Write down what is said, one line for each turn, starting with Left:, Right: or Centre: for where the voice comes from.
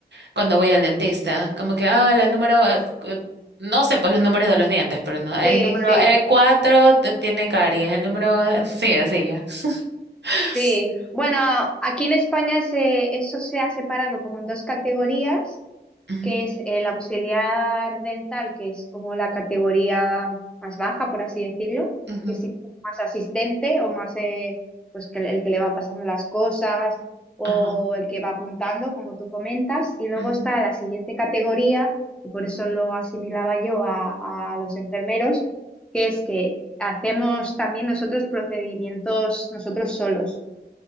Right: cuando voy al dentista, como que, ah, la número, eh, cu- no sé pues los números de los dientes, pero no, el
Centre: sí,
Right: número
Centre: sí,
Right: E4 te- tiene caries, el número, eh, <laughs> sí, así ya. <laughs>
Centre: sí. Bueno, aquí en España se, eso se ha separado como en dos categorías.
Right: Ujú,
Centre: que es el auxiliar dental, que es como la categoría más baja, por así decirlo,
Right: ujú,
Centre: que sí es más asistente o más eh, pues que el, el que le va pasando las cosas o
Right: ajá,
Centre: el que va apuntando, como tú comentas, y luego
Right: ujú.
Centre: está la siguiente categoría, que por eso lo asimilaba yo a, a los enfermeros, que es que hacemos también nosotros procedimientos nosotros solos.